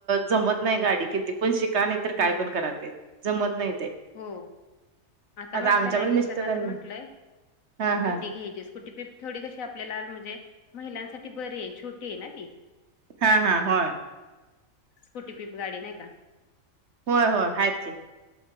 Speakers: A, on the right (about 55°); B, on the left (about 80°).
A: जमत नाही गाडी किती. पण शिका नाही तर काय
B: जमत
A: पण कराात
B: नाही.
A: जमत नाही ते.
B: हो आता म्हटलं
A: आमच्या
B: नाही
A: पण
B: मिस्टरने
A: मिस्टरांनी
B: आता म्हटलंय स्कुटी
A: हा हा
B: घ्यायची स्कुटी पि. थोडी कशी आपल्याला म्हणजे महिलांसाठी बरी आहे छोटी आहे ना ती.
A: हा हा ह
B: स्कुटी पिप गाडी नाही का
A: होय होय आहेच.